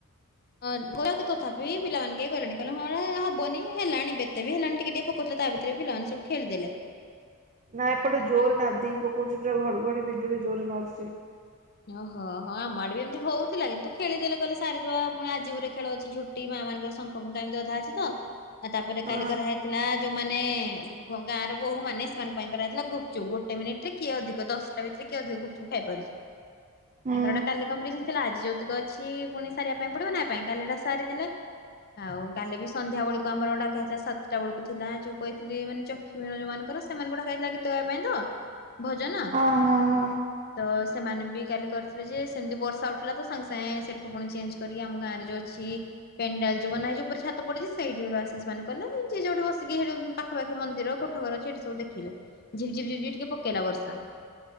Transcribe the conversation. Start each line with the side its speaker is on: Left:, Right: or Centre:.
Left: ହଁ ଗରକେ ତଥାପି ପିଲାମାନେ କେ ଗଲେନି କହିଲେ ହଁ ଏ ହବନି ହେଲାଣି ବେତେ ବି ହେଲାଣି ଟିକେ ଟିକେ ପ କହୁଥିଲେ, ତା ଭିତରେ ପିଲାମାନେ ସବୁ ଖେଳିଦେଲେ।
Right: ନା ଏପଟେ ଜୋରରେ ନାଦିକି ପକଉଛି, ପୁରା ଘଡ଼ଘଡ଼ି ବିଜୁଳି ଜୋରରେ ମାରୁଛି।
Left: ଓହୋ ହଁ ଆମ ଆଡେ ବି ଏମତି ହଉଥିଲା, କିନ୍ତୁ ଖେଳିଦେଲେ କହିଲେ ସାରି ଦବା ପୁଣି ଆଜି ଗୋଟେ ଖେଳ ଅଛି ଝୋ ଝୋଟି ମା ମାନଙ୍କର ଶଙ୍ଖ ଫୁଙ୍କା ଏମିତି ଅଧା ଅଛି ତ ଆଉ ତାପରେ
Right: ହଁ
Left: କାଲି କରା ହେଇଥିଲା ଯୋଉ ମାନେ ଗାଁ ର ବୋହୁ ମାନେ ସେମାନଙ୍କ ପାଇଁ କରାଥିଲା ଗୁପଚୁପ ଗୋଟେ ମିନିଟ ରେ କିଏ ଅଧିକ ଦଶ ତା ଭିତରେ କିଏ ଅଧିକ ଗୁପଚୁପ ଖାଇପାରୁଛି।
Right: ହୁଁ
Left: ତାଙ୍କର ଗୋଟେ କାଲି କମ୍ପିଟେସନ ଥିଲା ଆଜି ଯୋଉତିକ ଅଛି ପୁଣି ସାରିବା ପାଇଁ ପଡିବ ନା ପାଇଁ କାଲିଟା ସାରିଦଲେ। ଆଉ କାଲି ବି ସନ୍ଧ୍ୟା ବେଳକୁ ଆମର ଡାକା ହେଇଥିଲା ସାତଟା ବେଳକୁ ଥିଲା ଯୋଉ କହିଥିଲି ମାନେ ଚ <unintelligible> ଯୋଉମାନଙ୍କର ସେମାନଙ୍କୁ ଡାକା ହେଇଥିଲା ଗୀତ ଗାଇବା ପାଇଁ ତ ଭଜନ,
Right: ହଁ ହଁ ହଁ
Left: ତ ସେମାନେ ବି କାଲି କରିଥିଲେ ଯେ, ସେମିତି ବର୍ଷା ଉଠିଲା ତ ସାଙ୍ଗେ- ସାଙ୍ଗେ ସେଠୁ ପୁଣି ଚେଞ୍ଜ କରିକି ଆମ ଗାଁରେ ଯୋଉ ଅଛି ପେଣ୍ଡାଲ ଯୋଉ ମାନେ ଆଜି ଉପରେ ଛାତ ପଡିଛି ସେଇଠିଠୁ ଆସିକି ସେମାନେ କଲେ ଯିଏ ଯୋଉଠି ବସି କି ହେ ପାଖାପାଖି ମନ୍ଦିର କୋଠ ଘର ଏଇଠି ସବୁ ଦେଖିଲେ ଝିପ୍-ଝିପ୍‌ ଟିକେ ପକାଇଲା ବର୍ଷା।